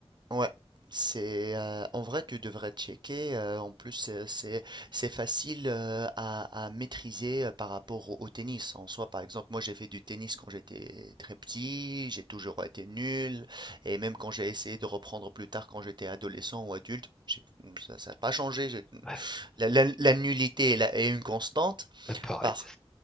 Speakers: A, on the right; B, in the centre.
A: Ouais, c'est euh, en vrai tu devrais checker. euh, en plus euh, c'est c'est facile euh, à, à maîtriser euh, par rapport au, au tennis en soi. Par exemple, moi j'ai fait du tennis quand j'étais très petit, j'ai toujours été nul et même quand j'ai essayé de reprendre plus tard quand j'étais adolescent ou adulte, j'ai- ça ça n'a pas changé. j'ai-
B: Ouais,
A: La, la- la nullité est, la- est une constante.
B: euh, pareil.
A: Par